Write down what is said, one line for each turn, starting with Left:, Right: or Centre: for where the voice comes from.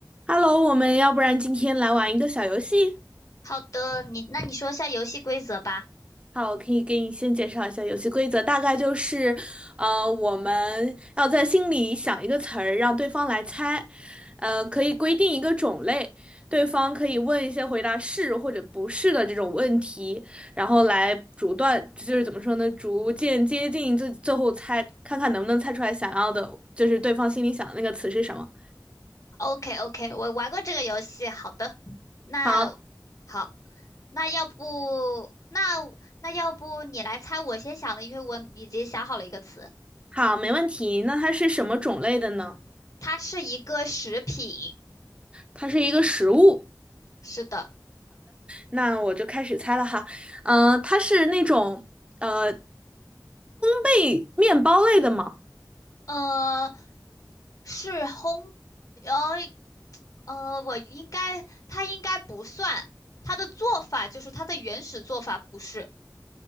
Right: Hello，我们要不然今天来玩一个小游戏。
Left: 好的，你那你说一下游戏规则吧。
Right: 好，我可以给你先介绍一下游戏规则，大概就是，呃，我们要在心里想一个词儿，让对方来猜。呃，可以规定一个种类，对方可以问一些回答是或者不是的这种问题，然后来逐段，就是怎么说呢，逐渐接近最最后猜，看看能不能猜出来想要的，就是对方心里想的那个词是什么。
Left: OK OK，我玩过这个游戏。好的，那
Right: 好，
Left: 好，那要不那那要不你来猜我先想的，因为我已经想好了一个词，
Right: 好，没问题。那它是什么种类的呢？
Left: 它是一个食品。
Right: 它是一个食物。
Left: 是的，
Right: 那我就开始猜了哈，嗯、它是那种呃烘焙面包类的吗？
Left: 呃，是烘，呃呃，我应该它应该不算，它的做法就是它的原始做法不是。